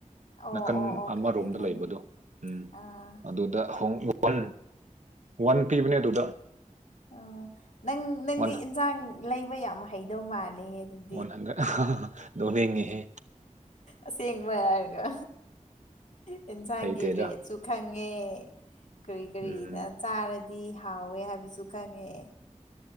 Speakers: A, on the left (about 65°); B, on the right (about 65°).
A: ꯑꯣ
B: ꯅꯥꯀꯟ
A: ꯑꯣ ꯑꯣ
B: ꯑꯃꯔꯣꯝꯗ
A: ꯈꯪꯉꯦ ꯈꯪꯉꯦ
B: ꯂꯩꯕꯗꯣ ꯎꯝ
A: ꯑꯥ
B: ꯑꯗꯨꯗ ꯍꯣꯡ <unintelligible> ꯋꯥꯟ ꯄꯤꯕꯅꯦ ꯑꯗꯨꯗ
A: ꯑꯣ ꯅꯪ ꯅꯪꯗꯤ
B: ꯋꯥꯟ
A: ꯏꯟꯁꯥꯡ ꯂꯩꯕ ꯌꯥꯝ ꯍꯩꯗꯧ ꯃꯥꯜꯂꯦ ꯑꯗꯨꯗꯤ
B: ꯋꯥꯟ ꯍꯟꯗ꯭ꯔꯦꯠ ꯅꯣꯡꯅꯤꯡꯑꯦꯍꯦ
A: ꯑꯁꯦꯡꯕ ꯍꯥꯏꯔꯒ ꯌꯦꯟꯁꯥꯡꯒꯤ
B: ꯍꯩꯇꯦꯗ
A: ꯔꯦꯠꯁꯨ ꯈꯪꯉꯦ ꯀꯔꯤ ꯀꯔꯤ
B: ꯎꯝ
A: ꯆꯥꯔꯗꯤ ꯍꯥꯎꯋꯦ ꯍꯥꯏꯕꯁꯨ ꯈꯪꯉꯦ